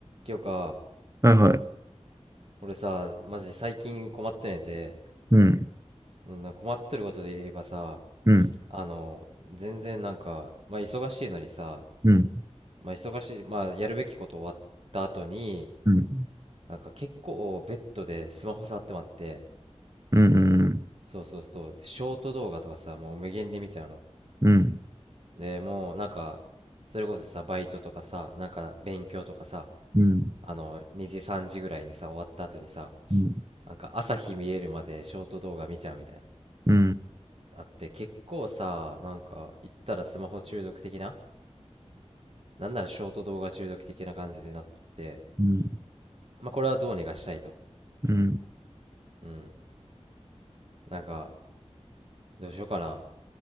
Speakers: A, on the right; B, on the right.
A: 今日か、
B: はいはい。
A: 俺さ、マジ最近困ってねて、
B: うん、
A: うんな困ってることで言えばさ、
B: うん、
A: あの、全然なんか、まあ忙しいのにさ、
B: うん、
A: まあ忙しい、まあやるべきこと終わった後に、
B: うん、
A: なんか結構ベッドでスマホ触ってまって、
B: うん、うん、
A: そうそうそう、でショート動画とかさ、もう無限で見ちゃうの。
B: うん、
A: で、もうなんか、それこそさ、バイトとかさ、なんか勉強とかさ、
B: うん、うん、
A: あの、2時3時ぐらいにさ、終わった後にさ、
B: う
A: なんか朝日見えるまでショート動画見ちゃうみたいな。
B: ん、
A: あって結構さなんか言ったらスマホ中毒的ななんならショート動画中毒的な感じでなってて
B: うん、
A: まあこれはどうにかしたいと
B: うん。
A: うんなんかどうしようかな